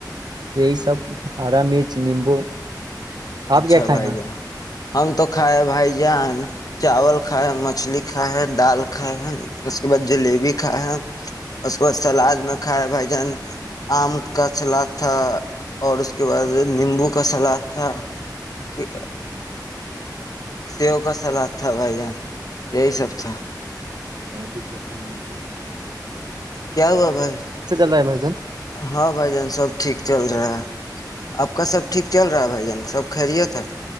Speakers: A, on the right; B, on the left.
A: یہی سب ہرا مرچ نیمبو آپ
B: اچھا
A: کیا کھائے
B: بھائی جان ہم تو کھائے بھائی ج ا چاول کھ ہے مچھلی کھائے ہے دال کھائے ہے اس کے بعد جلیبی کھائے ہے اس کے بعد سلاد میں کھا ہے بھائی جان آم کا سلاد تھا اور اس کے بعد نیمبو کا سلاد تھا کہ سیو کا سلاد تھا بھائی جان یہی سب تھا
A: کا بھی پرسنگ نہیں
B: کیا ہوا بھائی
A: رہا ہے بھائی جان
B: ہاں بھائی جان سب ٹھیک چل رہا ہے آپ کا سب ٹھیک چل رہا ہے بھائی جان سب خیریت ہیں